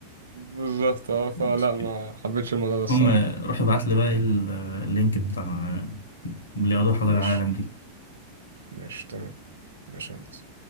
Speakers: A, on the right (about 70°); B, on the left (about 70°).
A: بالظبط اه فلا
B: <laughs>
A: ما حبيتش الموضوع ده الصراحة
B: المهم روح ابعت لي بقى ال- اللينك بتاع اللي يقعدوا حول
A: ماشي
B: العالم دي
A: ماشي تمام ماشي يا هندسة